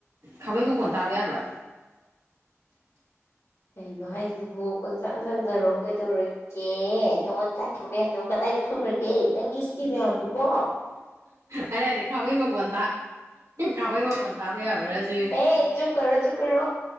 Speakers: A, on the right; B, on the left.
A: ꯈꯥꯕꯩ ꯃꯈꯣꯟ ꯇꯥꯕ ꯌꯥꯕ꯭ꯔꯥ
B: ꯀꯩꯅꯣ ꯍꯥꯏꯁꯤꯕꯨ ꯀꯪꯁꯥꯟ ꯁꯝꯅꯔꯎ ꯀꯩꯗꯧꯔꯒ ꯑꯣꯀꯦ ꯅꯪꯉꯣꯟ ꯆꯥꯛꯈꯤꯕ ꯃꯌꯥꯝꯗꯣ ꯀꯗꯥꯏꯗ ꯊꯝꯈ꯭ꯔꯒꯦ ꯅꯪꯒꯤ ꯁꯤꯀꯤ ꯃꯌꯥꯝꯗꯨꯕꯣ
A: ꯑꯗꯨ ꯍꯥꯏꯗꯤ ꯈꯥꯃꯩ ꯃꯀꯣꯟ ꯈꯥꯃꯩ ꯃꯀꯣꯟ ꯇꯥꯕ ꯌꯥꯕ꯭ꯔꯥ ꯁꯤꯅꯤ
B: ꯑꯦ ꯆꯨꯞꯀ꯭ꯔꯣ ꯆꯨꯞꯀꯣ